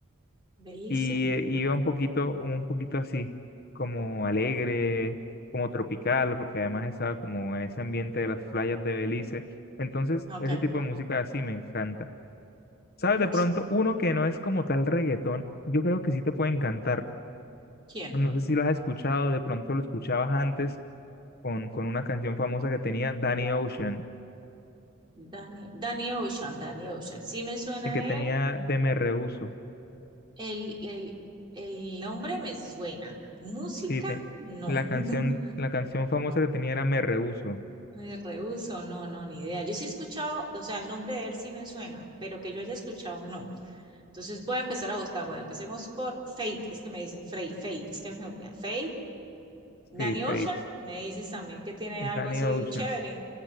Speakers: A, on the right; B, on the left.
A: De Listen.
B: y eh, iba un poquito, un poquito así, como alegre, como tropical, porque además estaba como en ese ambiente de las playas de Belice. Entonces,
A: Ok.
B: ese tipo de música así me encanta. ¿Sabes?
A: Mm,
B: De pronto, uno que no es como tal reggaetón, yo creo que sí te puede encantar.
A: ¿Quién?
B: No sé si lo has escuchado, de pronto lo escuchabas antes con, con una canción famosa que tenía Danny Ocean,
A: Danny, Danny Ocean, Danny Ocean. Sí me suena
B: el que tenía
A: él.
B: de Me Rehuso.
A: El, el, el nombre me suena. Música,
B: Sí, te-
A: no.
B: la canción,
A: <laughs>
B: la canción famosa que tenía era Me Rehuso.
A: Me rehúso, no, no, ni idea. Yo sí he escuchado, o sea, el nombre de él sí me suena, pero que yo haya escuchado, no. Entonces voy a empezar a buscar. Bueno, empecemos por Fate, es que me dicen Fate, Fate, es que me olvida. Fate, Danny
B: Sí, Fate,
A: Ocean, me dices también que tiene algo
B: Danny
A: así
B: Ocean.
A: chévere.